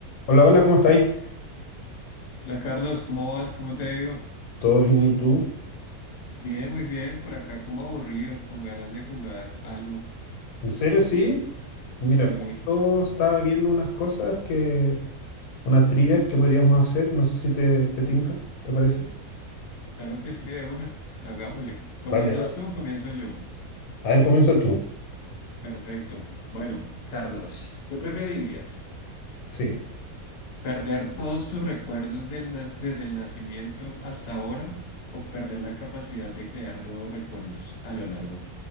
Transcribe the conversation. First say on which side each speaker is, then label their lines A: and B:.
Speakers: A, on the left (about 80°); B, on the left (about 50°).
A: Hola, hola, ¿cómo estáis?
B: Hola Carlos, ¿cómo vas? ¿Cómo te ha ido?
A: ¿Todo bien y tú?
B: Bien, muy bien. Por acá como aburrido, con ganas de jugar algo.
A: ¿En serio, sí? Mira,
B: Sí,
A: justo estaba viendo unas cosas que, unas trivias que podríamos hacer, no sé si te, te tinca, ¿te parece?
B: claro que sí, de una. Hagámosle. ¿Comienzas
A: Vale, vale.
B: tú o comienzo yo?
A: A ver, comienza tú.
B: Perfecto. Bueno, Carlos, ¿qué preferirías?
A: Sí.
B: ¿Perder todos tus recuerdos del na- desde el nacimiento hasta ahora o perder la capacidad de crear nuevos recuerdos a lo largo,